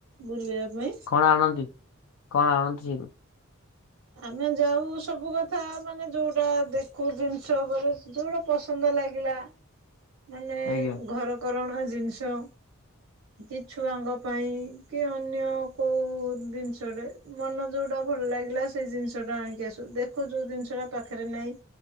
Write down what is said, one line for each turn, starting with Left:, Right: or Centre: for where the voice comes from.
Right: ବୁଲିବା ପାଇଁ
Left: କଣ ଆଣନ୍ତି କଣ ଆଣନ୍ତି ସେଇଠୁ
Right: ଆମେ ଯାଉ ସବୁ କଥା ମାନେ ଯଉଟା ଦେଖୁ ଜିନିଷ ଉପରେ ଯୋଉଟା ପସନ୍ଦ ଲାଗିଲା ମାନେ
Left: ଆଜ୍ଞା
Right: ଘରକରଣା ଜିନିଷ କି ଛୁଆଙ୍କ ପାଇଁ କି ଅନ୍ୟ କେଉଁ ଜିନିଷଟେ ମନ ଯେଉଁଟା ଭଲ ଲାଗିଲା ସେଇ ଜିନିଷଟା ଆଣିକି ଆସୁ ଦେଖୁ ଯେଉଁ ଜିନିଷଟା ପାଖରେ ନାହିଁ